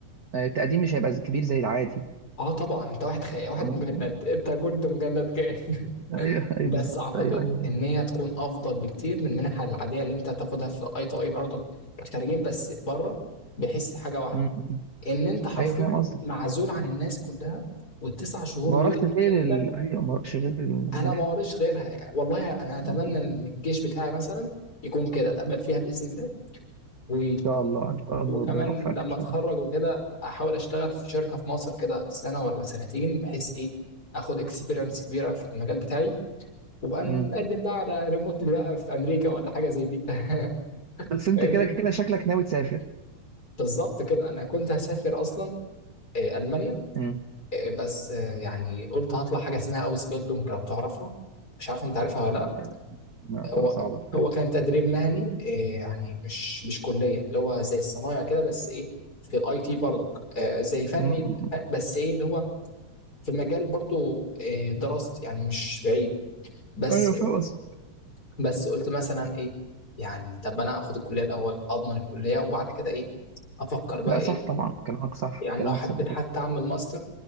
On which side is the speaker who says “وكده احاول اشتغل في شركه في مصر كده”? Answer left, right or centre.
Left